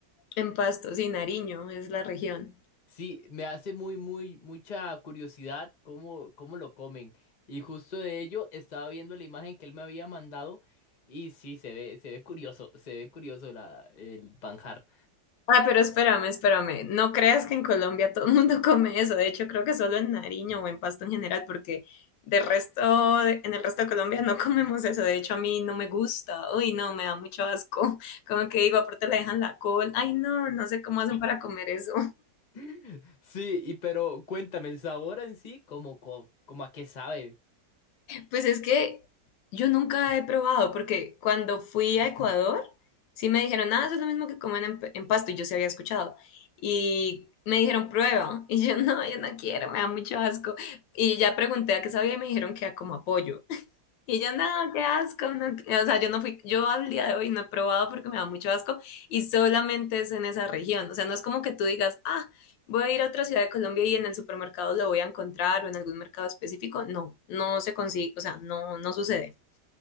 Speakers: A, on the left; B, on the left.
A: En Pasto, sí, Nariño es la región.
B: Sí, me hace muy, muy, mucha curiosidad cómo, cómo lo comen. Y justo de ello estaba viendo la imagen que él me había mandado y sí, se ve, se ve curioso, se ve curioso la, el manjar.
A: Ah, pero espérame, espérame. No creas que en Colombia todo el mundo <laughs> come eso. De hecho, creo que solo en Nariño o en Pasto en general, porque de resto, de- en el resto de Colombia no <laughs> comemos eso. De hecho, a mí no me gusta. Uy, no, me da mucho asco. <laughs> Como que digo, aparte le dejan la col. Ay, no, no sé cómo hacen para comer eso.
B: <laughs> Sí, y pero cuéntame, el sabor en sí, como, co- como a qué sabe.
A: Pues es que yo nunca he probado, porque cuando fui a Ecuador, sí me dijeron, ah, eso es lo mismo que comen en, en Pasto, y yo sí había escuchado. Y me dijeron, prueba. <laughs> Y yo, no, yo no quiero, me da mucho asco. Y ya pregunté a qué sabía y me dijeron que a como apoyo. Y yo, no, qué asco, no, que-". o sea, yo no fui, yo al día de hoy no he probado porque me da mucho asco y solamente es en esa región, o sea, no es como que tú digas, ah, voy a ir a otra ciudad de Colombia y en el supermercado lo voy a encontrar o en algún mercado específico, no, no se consigue, o sea, no, no sucede.